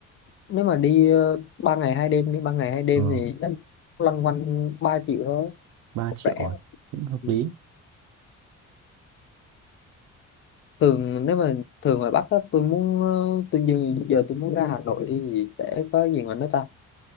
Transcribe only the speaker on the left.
nếu mà đi ờ, ba ngày hai đêm đi ba ngày hai đêm
thì chắc loanh quanh ba triệu thôi
cũng
rẻ
ừ.
thường nếu mà thường ngoài Bắc á, tôi muốn ờ, tôi giờ, giờ tôi muốn ra Hà Nội đi thì sẽ có gì mà nó ta